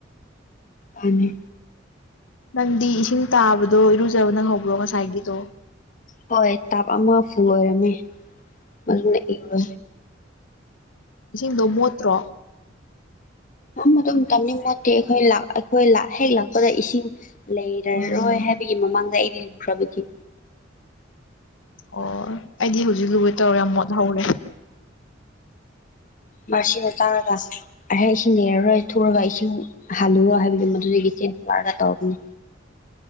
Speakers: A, on the left; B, on the left.
A: ꯍꯥꯏꯅꯤ
B: ꯅꯪꯗꯤ ꯏꯁꯤꯡ ꯇꯥꯕꯗꯣ ꯏꯔꯨꯖꯕ ꯅꯪ ꯍꯧꯕ꯭ꯔꯣ ꯉꯁꯥꯏꯒꯤꯗꯣ
A: ꯍꯣꯏ ꯇꯥꯞ ꯑꯃ ꯍꯐꯨ ꯑꯣꯏꯔꯝꯃꯦ ꯑꯗꯨꯗꯨꯅ ꯏꯔ
B: ꯏꯁꯤꯡꯗꯣ ꯃꯣꯠꯇ꯭ꯔꯣ
A: ꯃꯇꯝ ꯃꯣꯠꯇꯦ ꯑꯩꯈꯣꯏ ꯑꯩꯈꯣꯏ ꯍꯦꯛ ꯂꯥꯛꯄꯗ ꯏꯁꯤꯡ ꯂꯩꯔꯔꯣꯏ
B: ꯎꯝ
A: ꯍꯥꯏꯕꯒꯤ ꯃꯃꯥꯡꯗ ꯑꯩꯗꯤ ꯂꯨꯈ꯭ꯔꯕꯒꯦ
B: ꯑꯣ ꯑꯩꯗꯤ ꯍꯧꯖꯤꯛ ꯂꯨꯔꯦ ꯇꯧꯔꯦ ꯌꯥꯝ ꯃꯣꯠ ꯍꯧꯔꯦ
A: ꯃꯔꯆꯅ ꯇꯥꯡꯔꯒ ꯑꯩꯍꯦꯛ ꯏꯁꯤꯡ ꯂꯩꯔꯔꯣꯏ ꯊꯨꯔꯒ ꯏꯁꯤꯡ ꯍꯥꯜꯂꯨꯔꯣ ꯍꯥꯏꯕꯒꯤ ꯃꯗꯨꯗꯒꯤ ꯀ ꯂꯒ ꯇꯧꯅꯤ